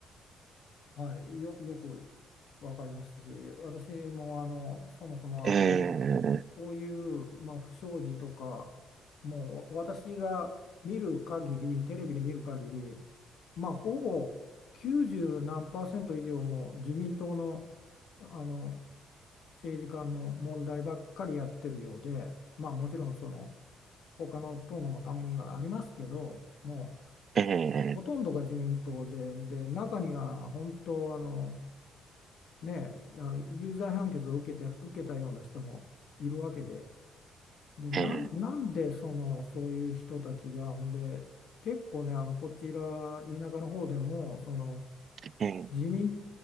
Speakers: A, on the left; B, on the right.
A: はい、よ、よくわかりますし、私もあの、そもそもあの、
B: え
A: 地味、こういう、まあ、不祥事とか、もう私が見る限り、テレビで見る限り、まあ、ほぼ90何パーセント以上も自民党の、あの政治家の問題ばっかりやってるようで、まあ、もちろんその他の党のもたまにはありますけど、もう
B: ー、えー、
A: ほとんどが自民党で、
B: え
A: で中には本当あの、ね、あの有罪判決を受けて、受けたような人もいるわけで、でなん、
B: ー、え
A: なんでそのそういう人たちが、で結構ねあのこちら田舎の方でもその
B: ー、
A: 自民